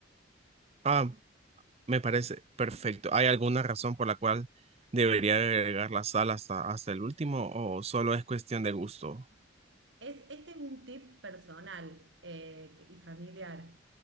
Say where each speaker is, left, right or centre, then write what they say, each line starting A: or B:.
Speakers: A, on the right (about 30°); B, on the right (about 70°).
A: Ah, Me parece perfecto. ¿Hay alguna razón por la cual debería agregar la sal hasta, hasta el último o solo es cuestión de gusto?
B: Es, este es un tip personal eh, que- y familiar.